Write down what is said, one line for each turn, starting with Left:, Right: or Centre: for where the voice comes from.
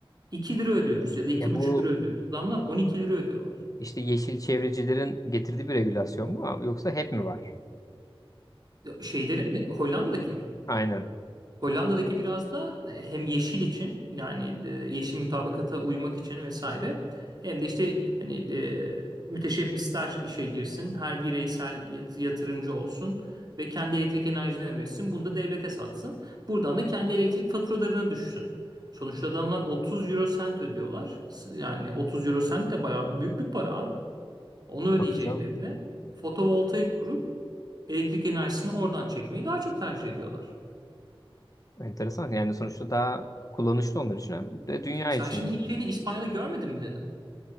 Right: 2 lira ödüyoruz ya da iki
Left: E,
Right: buçuk
Left: bu
Right: lira ödüyoruz. Adamlar 12 lira ödüyorlar.
Left: İşte yeşil çevrecilerin getirdiği bir regülasyon mu ama yoksa hep mi vardı?
Right: Şeyleri mi? Hollanda'daki mi?
Left: Aynen.
Right: Hollanda'daki biraz da e, hem yeşil için yani e, yeşil mutabakata uymak için vesaire hem de işte hani e, müteşebbisler işe girsin, her bireysel yat- yatırımcı olsun ve kendi elektrik enerjiden üretsin, bunu da devlete satsın. Buradan da kendi elektrik faturalarını düşsün. Sonuçta adamlar 30 euro sent ödüyorlar. S- Yani 30 euro sent de bayağı büyük bir para abi. Onu ödeyeceklerine
Left: Tabii canım.
Right: fotovoltaik kurup elektrik enerjisini oradan çekmeyi daha çok tercih ediyorlar.
Left: Enteresan. Yani sonuçta daha kullanışlı onlar için hem de dünya
Right: Sen
Left: için
Right: şimdi
Left: yani.
Right: hiç şeyde İspanya'da görmedin mi dedin?